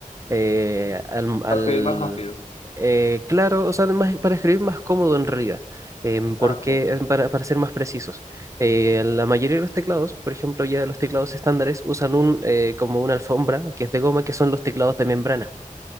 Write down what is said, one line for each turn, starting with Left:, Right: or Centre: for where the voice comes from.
Right: Eh, al, al-
Left: Para escribir más rápido.
Right: eh, claro, o sea, más- para escribir más cómodo en realidad, em, porque
Left: Ah, ok.
Right: eh, para, para ser más precisos, Eh, la mayoría de los teclados, por ejemplo, ya los teclados estándares usan un, eh, como una alfombra que es de goma, que son los teclados de membrana